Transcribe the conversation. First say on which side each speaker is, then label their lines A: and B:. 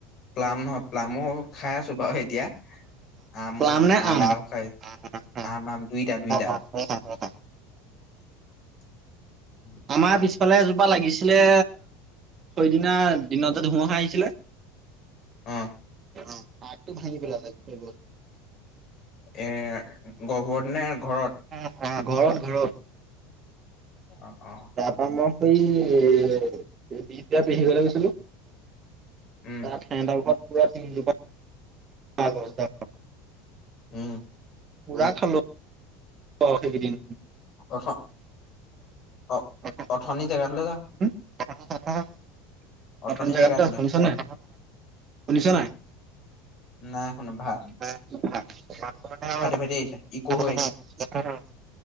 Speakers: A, on the left (about 40°); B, on the right (about 35°).
A: প্লাম নহয় প্লামো খাই আছো বাৰু এতিয়া আমো
B: প্লাম নে
A: আম এটাও খাই
B: অ।
A: আম আম দুইটা দুইটা।
B: অ দুইটা দুইটা।
A: <inaudible>
B: আমাৰ পিছফালে এজোপা লাগিছিলে। সেইদিনা দিনতে ধুমুহা আহিছিলে।
A: অ',
B: অ' আগটো ভাঙি পেলালে গোটেই গছজোপাৰ।
A: এ গহপুৰতনে ঘৰত?
B: হা'? ঘৰত ঘৰত।
A: অ', অ'।
B: তাৰপা মই সেই এ বিহপুৰীয়া পেহীৰ ঘৰলে গৈছিলো।
A: উম।
B: <unintelligible> ঘৰত পুৰা তিনিজোপা <unintelligible> গছ
A: উম।
B: পুৰা খালো অ' সেইকেদিন।
A: অথ অ'
B: <unintelligible>
A: অথনি জেগাটোলৈ যা
B: <unintelligible>
A: অথনি
B: নতুন জেগাত
A: জেগাটোলৈ
B: দ শুনিছ নাই শুনিছ নাই
A: নাই শুনা। ভাল
B: <unintelligible>
A: ফাটি আহিছে ইকো হৈ আহিছে